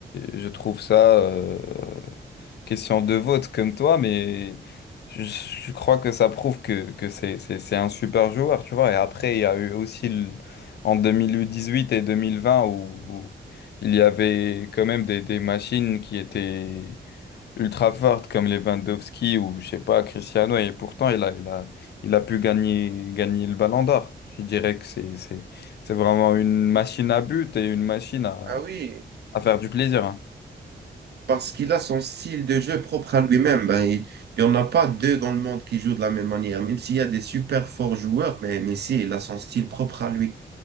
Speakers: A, on the left; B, on the right.
A: et je trouve ça, euh, question de vote comme toi, mais je, je crois que ça prouve que, que c'est, c'est, c'est un super joueur, tu vois. Et après, il y a eu aussi le- en 2018 et 2020 où, où il y avait quand même des, des machines qui étaient ultra fortes comme Lewandowski ou je sais pas, Cristiano. Et pourtant, il a, il a, il a pu gagner, gagner le Ballon d'Or. Je dirais que c'est, c'est, c'est vraiment une machine à but et une machine à,
B: ah oui,
A: à faire du plaisir. hein.
B: parce qu'il a son style de jeu propre à lui-même. Ben, il n'y en a pas deux dans le monde qui jouent de la même manière, même s'il y a des super forts joueurs, mais Messi, il a son style propre à lui.